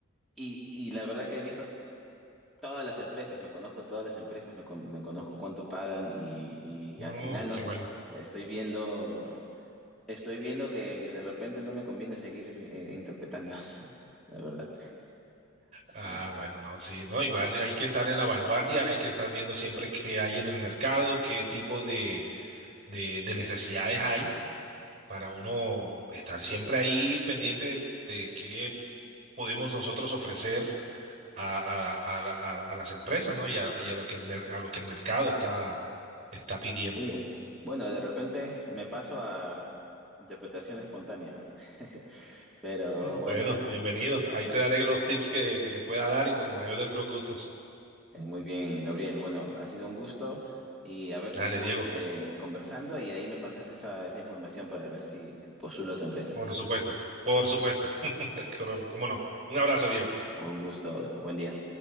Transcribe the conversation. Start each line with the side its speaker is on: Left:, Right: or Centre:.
Centre: Y, y la verdad que he visto todas las empresas, me conozco todas las empresas, me, con- me conozco cuánto pagan y, y
Right: no,
Centre: al final no
Right: qué
Centre: sé,
Right: bueno.
Centre: estoy viendo, estoy viendo que de repente no me conviene seguir eh, interpretando, <laughs> la verdad. Sí.
Right: Ah, bueno, no, sí, no, igual hay que estar en la vanguardia, hay que estar viendo siempre qué hay en el mercado, qué tipo de, de, de necesidades hay para uno estar siempre ahí pendiente de qué podemos nosotros ofrecer a, a- a la- a- a las empresas, ¿no? Y a, y a lo que el, ner- a lo que el mercado está, está pidiendo.
Centre: Sí, bueno, de repente me paso a interpretación espontánea. <laughs> Pero bueno,
Right: Bueno, bienvenido.
Centre: eh,
Right: Ahí te daré los tips que, que te pueda dar y con el mayor de los gustos.
Centre: eh, muy bien, Gabriel. Bueno, ha sido un gusto y a ver,
Right: Dale,
Centre: seguimos
Right: Diego.
Centre: eh, conversando y ahí me pasas esa, esa información para ver si postulo a tu empresa.
Right: Por supuesto. Por supuesto. <laughs> De color, ¿cómo no? Un abrazo, Diego.
Centre: Un gusto. Buen día.